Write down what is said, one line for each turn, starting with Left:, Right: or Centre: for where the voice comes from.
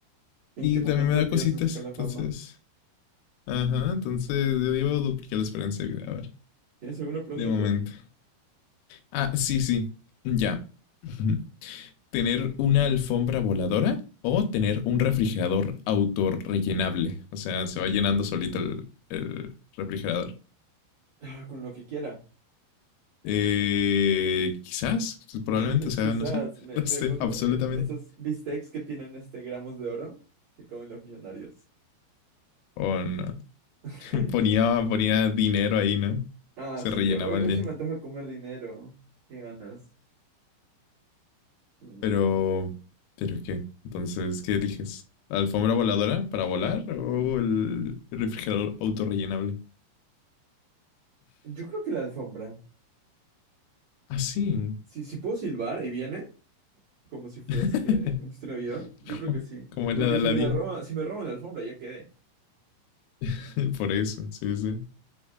Right: ¿En
Left: Y
Right: qué momento
Left: también me da
Right: empiezas
Left: cositas,
Right: a sacar la
Left: entonces
Right: fama?
Left: Ajá, entonces yo digo duplicar la esperanza de vida, a ver,
Right: ¿Tienes alguna pregunta
Left: de momento.
Right: tú?
Left: Ah, sí, sí, ya. <laughs> Ujú. ¿Tener una alfombra voladora o tener un refrigerador autorrellenable? O sea, se va llenando solito el, el refrigerador.
Right: Ah, con lo que quiera.
Left: Eh, quizás, probablemente,
Right: <laughs>
Left: o sea,
Right: Quizás
Left: no sé,
Right: me,
Left: <laughs> no
Right: me
Left: sé,
Right: pongo
Left: absolutamente.
Right: eh, esos bistecs que tienen este gramos de oro que comen los millonarios.
Left: O no.
Right: <laughs>
Left: <laughs> Ponía, ponía dinero ahí, ¿no?
Right: Ah,
Left: Se
Right: sí,
Left: rellenaba
Right: hoy,
Left: el
Right: hoy
Left: día.
Right: se me antoja comer dinero. Qué ganas. Mm,
Left: Pero, ¿pero qué? Entonces, ¿qué eliges? ¿La alfombra voladora para volar o el refrigerador autorrellenable?
Right: yo creo que la alfombra.
Left: Ah, sí.
Right: Si, si puedo silbar y viene, como si fuera
Left: <laughs>
Right: este, un viva, yo
Left: como,
Right: creo que sí.
Left: como
Right: Porque
Left: es la de Aladdin.
Right: si me la roban, si me roban la alfombra, ya quedé.
Left: <laughs> Por eso, sí, sí.